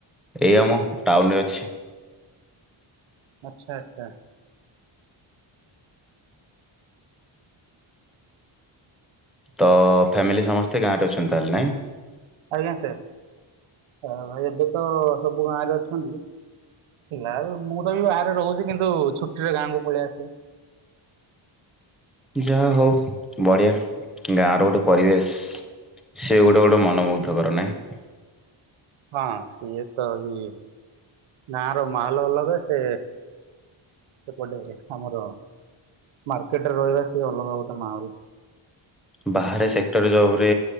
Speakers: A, in the centre; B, on the right.
A: ଏଇ ଆମ ଟାଉନରେ ଅଛି।
B: ଆଚ୍ଛା ଆଚ୍ଛା।
A: ତ ଫ୍ୟାମିଲି ସମସ୍ତେ ଗାଁରେ ଅଛନ୍ତି ତାହଲେ। ନାଇଁ?
B: ଆଜ୍ଞା ସାର୍। ଅ ଭାଇ ଏବେ ତ ସବୁ ଗାଁରେ ଅଛନ୍ତି ନାଁ ଏବେ ମୁଁ ତ ବି ବାହାରେ ରହୁଚି କିନ୍ତୁ ଛୁଟିରେ ଗାଁକୁ ପଳେଇ ଆସିବ।
A: ଯାହା ହଉ ବଢ଼ିଆ ଗାଁର ଗୋଟେ ପରିବେଶ ସେ ଗୋଟେ ଗୋଟେ ମନମୁଗ୍ଧକର। ନାଇଁ?
B: ହଁ ସିଏ ତ ବି ଗାଁର ମାହଲ ଅଲଗା ସେ ସେପଟେ ଆମର ମାର୍କେଟରେ ରହିବା ସେ ଅଲଗା ଗୋ ମାହୁଲ୍
A: ବାହାରେ ସେକ୍ଟର ଜବରେ